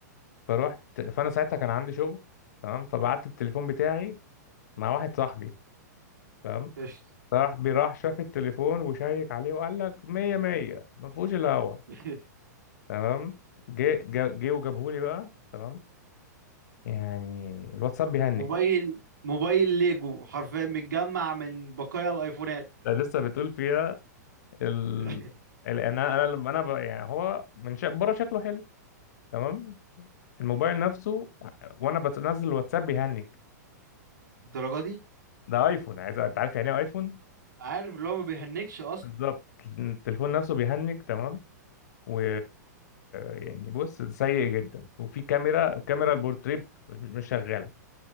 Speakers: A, on the left (about 65°); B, on the right (about 80°).
A: فروحت فانا ساعتها كان عندي شغل تمام فبعت التليفون بتاعي مع واحد صاحبي تمام.
B: قشطة
A: راح بيراح شاف التليفون وشيك عليه وقال لك مية مية ما فيهوش الا هوا
B: <laughs>
A: تمام جه جه جه وجابهولي بقى تمام يعني الواتساب بيهنج
B: موبايل موبايل ليجو حرفيا متجمع من بقايا الايفونات
A: ده لسه بتقول فيها ال...
B: <laughs>
A: ال... انا انا لما انا ب... يعني هو من شا... بره شكله حلو تمام الموبايل نفسه وانا بنزل الواتساب بيهنج
B: الدرجه دي
A: ده ايفون عايز انت عارف يعني ايه ايفون
B: عارف اللي هو ما بيهنكش اصلا
A: بالظبط التليفون نفسه بيهنج تمام و يعني بص سيء جدا وفي كاميرا الكاميرا البورتريه بت- مش مش شغاله